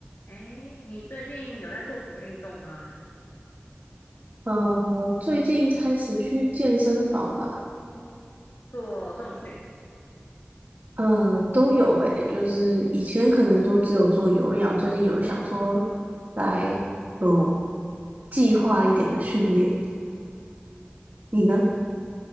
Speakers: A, on the left (about 80°); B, on the right (about 60°).
A: 诶，你最近有在做什么运动吗？
B: 嗯，我最近开始去健身房吧，
A: 做重训？
B: 嗯，都有诶，就是以前可能就只有做有氧，最近有想说来有计划一点的训练。你呢？